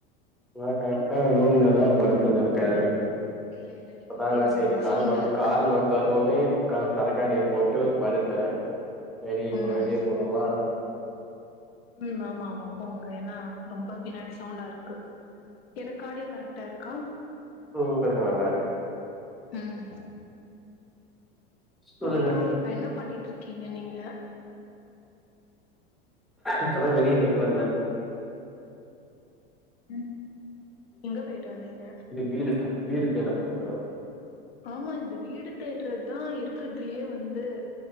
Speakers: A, in the centre; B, on the left.
A: நா கரெக்டா ரூம்ல தா படுத்துனு இருக்கே
B: இல்ல இல்ல நீங்க
A: அப்பதான
B: வெளிய வந்துருங்க
A: சேரி கால்
B: சவுண்டா
A: வந்
B: இருக்கு
A: கால் வந்ததுவுமே உக்காந்து கதக்காணிய போட்டு படுத்தே சேரி இப்ப
B: ம்
A: வெளிய போறோமா
B: ம் ஆமா ஆமா போங்க ஏனா ரொம்ப பின்னாடி சவுண்டா இருக்கு எனக்கு ஆடியோ கரெக்டா இருக்கா
A: ம் உங்களுது நல்லா இருக்கு
B: ம்
A: சொல்லுங்க
B: அப்புறோ இப்ப என்ன பண்ணிட்டு இருக்கீங்க நீங்க
A: இப்பதா வெளிய போயிட்டு வந்தே
B: ம் எங்க போயிட்டு வந்தீங்க
A: வீடுக் வீடு தேட போனே
B: ஆமா இந்த வீடு தேடுறது தா இருக்கதுலயே வந்து